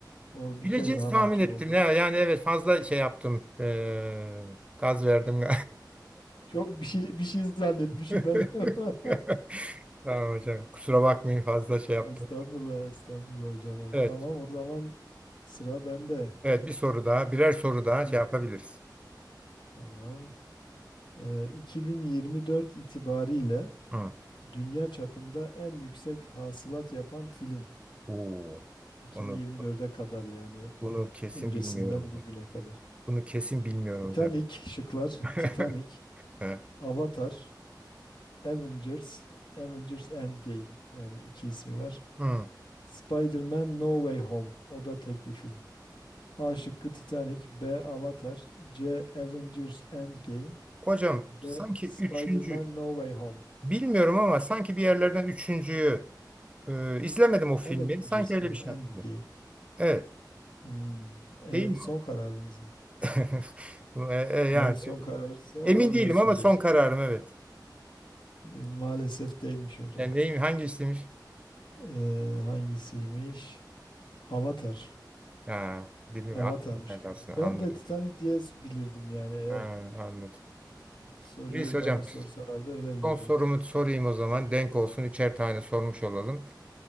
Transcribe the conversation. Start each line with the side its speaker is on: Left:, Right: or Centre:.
Left: Orada bir
Right: Bileceğiz
Left: kez daha
Right: tahmin
Left: mahcup
Right: ettim
Left: oldum.
Right: ya. Yani evet fazla şey yaptım. Ee, gaz verdim.
Left: Çok bir şey bir şey zannetmişim
Right: <laughs>
Left: ben. <laughs>
Right: Tamam hocam. Kusura bakmayın fazla şey yaptım.
Left: Estağfurullah, estağfurullah hocam. O-
Right: Evet.
Left: Tamam o zaman sıra bende.
Right: Evet bir soru daha. Birer soru
Left: Şimdi
Right: daha şey yapabiliriz.
Left: tamam. Ee, 2024 itibariyle
Right: Hı.
Left: dünya çapında en yüksek hasılat yapan film.
Right: Oo.
Left: 2024'e
Right: Onu,
Left: kadar yani
Right: bunu kesin
Left: öncesinden
Right: bilmiyorum hocam.
Left: bugüne kadar.
Right: Bunu kesin bilmiyorum
Left: Titanic,
Right: hocam.
Left: şıklar
Right: <laughs>
Left: Titanic,
Right: He.
Left: Avatar, Avengers, Avengers Endgame yani iki ismi var.
Right: Hı.
Left: Spider-Man No Way Home. O da tek bir film. A şıkkı Titanic, B Avatar, C Avengers Endgame,
Right: Hocam
Left: D
Right: sanki
Left: Spider-Man
Right: üçüncü
Left: No Way Home.
Right: bilmiyorum ama sanki bir yerlerden üçüncüyü e, izlemedim o filmi.
Left: Avengers
Right: Sanki öyle
Left: mı?
Right: bir şey
Left: Endgame.
Right: hatırlıyorum. Evet.
Left: Hmm, e,
Right: Değil mi?
Left: son kararınız mı?
Right: <laughs> E, e,
Left: Yani
Right: yani
Left: son kararsa
Right: emin
Left: ona göre
Right: değilim
Left: söyleyeceğim.
Right: ama son kararım evet.
Left: E, maalesef değilmiş hocam.
Right: Yani neyim hangi istemiş?
Left: E, hangisiymiş? Avatar.
Right: Ha, bilmiyorum.
Left: Avatar'mış.
Right: Aklıma geldi
Left: Ben
Right: Aslında anladım.
Left: de Titanic diye bilirdim yani eğer
Right: Ha, anladım.
Left: soruyu
Right: Neyse hocam
Left: bana sorsalardı öyle bilirdim.
Right: son sorumu sorayım o zaman. Denk olsun üçer tane sormuş olalım.